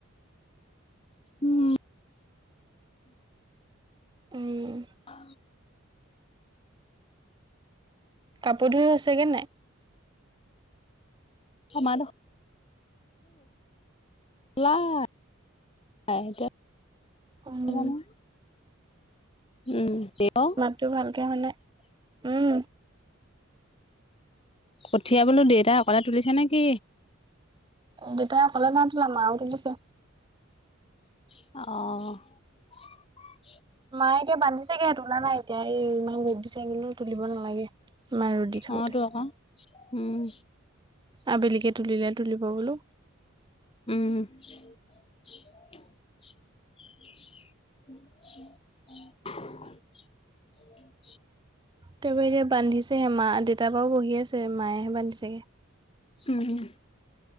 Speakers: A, on the left; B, on the right.
A: উমম
B: উম,
A: অ
B: কাপোৰ ধুই হৈছেগে নাই
A: সম মান নাইতিয়া <inaudible> <unintelligible>
B: উম,
A: জানো উম কি হল
B: মাতটো ভালকে হোৱা নাই। উম,
A: কঠিয় বোলো দেউতা অকলে তুলিছে নেকি
B: দেউতাই অকলে ন তলা মাও তুলিছে
A: অ
B: মায়ে এতিয়া বান্ধিছে গে তোলা নাই এতিয়া এই ইমান ৰদ দিছে গে তুলিব নালাগে ইমান ৰদ দি থাকোতে
A: অ তো আকৌ উম
B: আবেলিকে তুলিলে তুলিব বোলো
A: উম <unintelligible>
B: ত এতিয়া বান্ধিছেহে মা দেউতাৰ বাও বহি আছে মায়েহে বান্ধিছেগে
A: উম